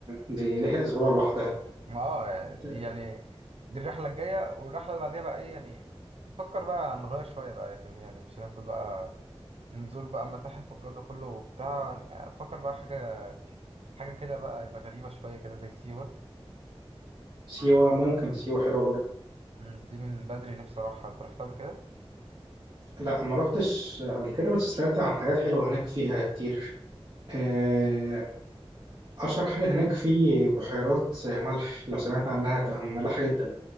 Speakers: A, on the right; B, on the right.
A: دي ليها أسبوع لوحدها
B: ما آه دي
A: آه،
B: يعني دي الرحلة الجاية والرحلة اللي بعديها بقى إيه يعني نفكر بقى نغير شوية بقى فاهمني يعني مش هنفضل بقى نزور بقى متاحف والجو ده كله وبتاع يعني فكر بقى حاجة حاجة كده بقى يبقى غريبة شوية كده زي سيوة
A: سيوة ممكن سيوة حلوة برضه
B: مم، دي من بدري نفسي أروحها أنت رحتها قبل كده؟
A: لا ما روحتش قبل كده بس سمعت عن حاجات حلوة هناك فيها كتير آه، أشهر حاجة هناك في بحيرات ملح لو سمعت عنها هتبقى ملحة جدا